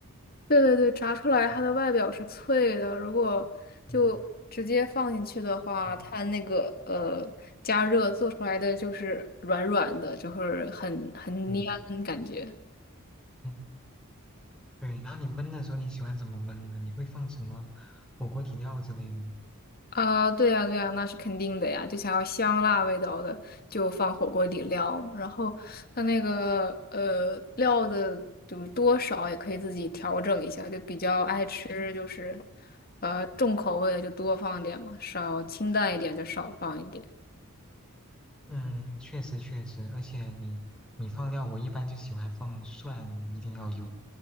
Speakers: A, on the left; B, in the centre.
A: 对对对，炸出来它的外表是脆的，
B: 嗯
A: 如果就直接放进去的话，
B: 嗯嗯，
A: 它那个呃加热做出来的就是软软的，就是很很粘感觉。
B: 对，嗯对。然后你焖的时候你喜欢怎么焖呢？你会放什么火锅底料之类的吗？
A: 啊，对呀，对呀，那是肯定的呀。就想要香辣味道的，就放火锅底料嘛然后它那个呃料的，
B: 嗯
A: 就是多少也可以自己调整一下。就比较爱吃，就是呃重口味的就多放点嘛，少清淡一点就少放一点。
B: 嗯，确实确实，而且你你放料，我一般就喜欢放蒜，一定要有，